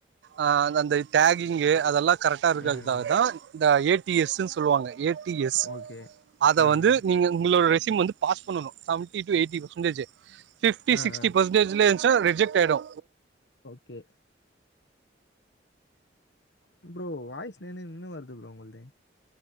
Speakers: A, on the right (about 70°); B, on the left (about 70°).
A: ஆ அந்த டாகிங்கு அதெல்லா கரெக்ட்டா இருக்கதுக்காக
B: ஆ, ஆ.
A: தா இந்த ஏ டி எஸ் ன் சொல்லுவாங்க ஏ டி எஸ்
B: ஓகே.
A: அத
B: ஆ,
A: வந்து
B: ஆ.
A: நீங்க உங்களோட ரெஸ்யூம் வந்து பாஸ் பண்ணனும் செவென்டி டூ எயிட்டி பெர்சன்டேஜ்ஜி ஃபிப்டி
B: ஆ,
A: சிக்ஸ்ட்டி
B: ஆ.
A: பெர்சன்டேஜ்லே இருந்ச்சுன்னா அது ரிஜெக்ட் ஆயிடோ
B: ஓகே ப்ரோ வாய்ஸ் நின்னு நின்னு வருது ப்ரோ உங்கள்து